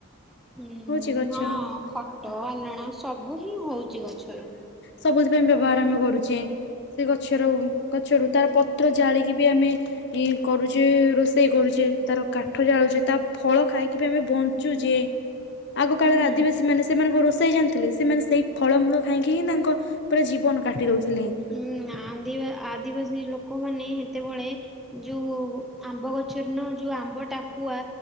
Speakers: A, in the centre; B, on the left (about 55°).
A: ହୁଁ,
B: ହଉଛି ଗଛ।
A: ହଁ, ଖଟ
B: ଆଉ
A: ଆଲଣା ସବୁ ହିଁ ହଉଚି ଗଛରୁ।
B: ସବୁଥିପାଇଁ ବ୍ୟବହାର ଆମେ କରୁଚେ। ସେ ଗଛରୁ, ଗଛରୁ ତାର ପତ୍ର ଜାଳିକି ବି ଆମେ ଇ, କରୁଚେ, ରୋଷେଇ କରୁଚେ, ତାର କାଠ ଜାଳୁଚେ, ତା ଫଳ ଖାଇକି ବି ଆମେ ବଞ୍ଚୁଚେ। ଆଗ କାଳର
A: ହୁଁ।
B: ଆଦିବାସୀ ମାନେ ସ ସେମାନେ କ ରୋଷେଇ ଜାଣିଥିଲେ, ସେମାନେ ସେଇ ଫଳମୂଳ ଖାଇକି ହିଁ ତାଙ୍କ ପୁରା ଜୀବନ କାଟି ଦଉଥିଲେ।
A: ହୁଁ, ଆଦିଁବା ଆଦିବାସୀ ଲୋକମାନେ ହେତେବଳେ ଯୋଉ ଆମ୍ବ ଗଛରେ ନା ଯୋଉ ଆମ୍ବ ଟାକୁଆ